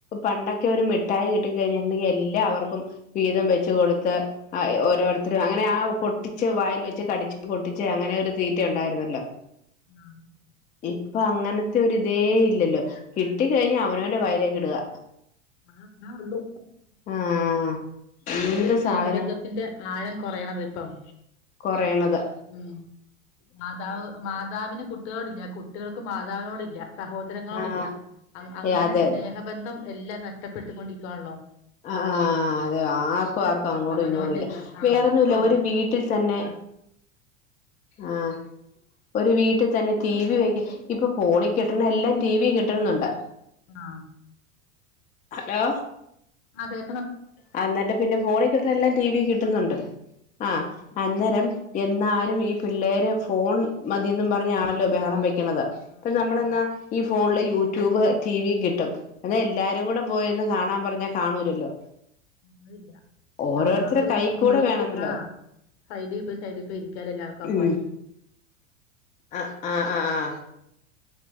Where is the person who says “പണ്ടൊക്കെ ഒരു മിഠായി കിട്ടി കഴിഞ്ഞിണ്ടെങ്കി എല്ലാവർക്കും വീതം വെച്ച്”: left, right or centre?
Left